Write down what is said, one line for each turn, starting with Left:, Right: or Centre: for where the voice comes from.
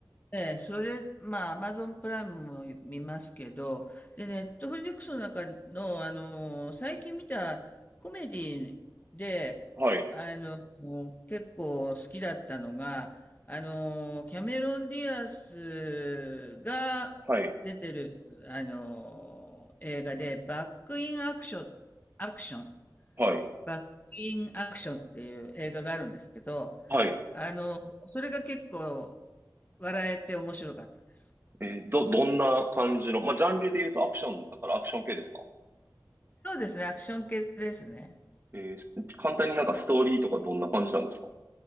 Left: ええ、それ、まあ、アマゾンプライムも見ますけど、で、ネットフリックスの中の、あのー、最近見たコメディで、
Right: はい。
Left: あの、もう結構好きだったのが、あのー、キャメロン・ディアスが出てる、
Right: はい。
Left: あのー、映画で、バック・イン・アクション、アクションっ
Right: はい。
Left: バッキンアクションっていう映画があるんですけど、
Right: はい。
Left: あの、それが結構笑えて面白かったです。
Right: えーど、どんな感じの、まあ、ジャンルで言うとアクションだからアクション系ですか
Left: そうですね、アクション系ですね。
Right: えーす簡単になんかストーリーとかどんな感じなんですか